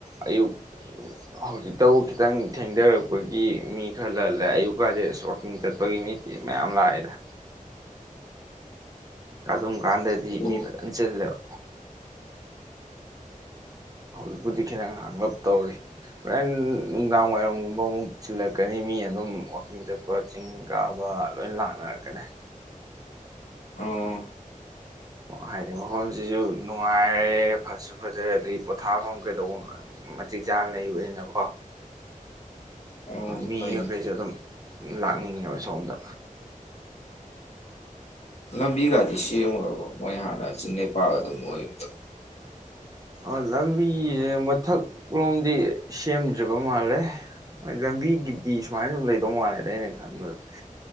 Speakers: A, on the right; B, on the left.
A: ꯑꯌꯨꯛ ꯍꯧꯖꯤꯛꯇꯕꯨ ꯈꯤꯇꯪ ꯊꯦꯡꯗꯔꯛꯄꯒꯤ ꯃꯤ ꯈꯔ ꯂꯜꯂꯦ ꯑꯌꯨꯛ ꯀꯗꯩ ꯑꯁ ꯋꯥꯛꯀꯤꯡ ꯆꯠꯄꯒꯤ ꯃꯤꯁꯤꯦ ꯃꯌꯥꯝ ꯂꯥꯛꯑꯦꯗ ꯑꯗꯨꯝ ꯀꯥꯟꯗꯗꯤ
B: ꯑꯣ
A: ꯃꯤ ꯐꯖꯅ ꯆꯜꯂꯦꯕ ꯍꯧꯖꯤꯛꯄꯨꯗꯤ ꯈꯤꯇꯪ ꯍꯥꯡꯂꯞ ꯇꯧꯔꯤ ꯍꯣꯔꯦꯟ ꯅꯨꯡꯗꯥꯡ ꯋꯥꯏꯔꯝꯒꯨꯝꯕ ꯑꯃꯨꯛ ꯁꯤꯤꯜꯂꯛꯀꯅꯤ ꯃꯤ ꯑꯗꯨꯝ ꯋꯥꯛꯀꯤꯡ ꯆꯠꯄ ꯆꯤꯡ ꯀꯥꯕ ꯂꯣꯏ ꯂꯥꯛꯅꯔꯛꯀꯅꯤ
B: ꯑꯣ
A: ꯍꯥꯏꯗꯤ ꯃꯐꯝꯁꯤꯁꯨ ꯅꯨꯡꯉꯥꯏꯔꯦ ꯐꯁꯨ ꯐꯖꯔꯦ ꯑꯗꯒꯤ ꯄꯣꯊꯥꯐꯝ ꯀꯩꯗꯧꯕꯅꯣꯏ ꯃꯇꯤꯛ ꯆꯥꯅ ꯂꯩꯕꯅꯤꯅꯀꯣ
B: <unintelligible>
A: ꯃꯤ
B: ꯍꯣꯏꯅꯦ
A: ꯃꯈꯈꯩꯁꯨꯦ ꯑꯗꯨꯝ ꯂꯥꯛꯅꯤꯡꯉꯦꯕ ꯁꯣꯝꯗ
B: ꯂꯝꯕꯤꯒꯗꯤ ꯁꯦꯝꯉꯨꯔꯕꯣ ꯃꯣꯏ ꯍꯥꯟꯅ ꯆꯤꯡꯅꯦꯩꯄꯥꯒ ꯑꯗꯨꯝ ꯑꯣꯏꯕꯗꯣ
A: ꯑ ꯂꯝꯕꯤꯁꯦ ꯃꯊꯛ ꯂꯣꯝꯗꯤ ꯁꯦꯝꯗ꯭ꯔꯤꯕ ꯃꯥꯜꯂꯦ ꯍꯣꯏ ꯂꯝꯕꯤꯒꯤꯗꯤ ꯁꯨꯃꯥꯏꯅ ꯁꯨꯝ ꯂꯩꯗꯧ ꯃꯥꯜꯂꯦꯗ ꯑꯩꯅ ꯈꯟꯕꯗ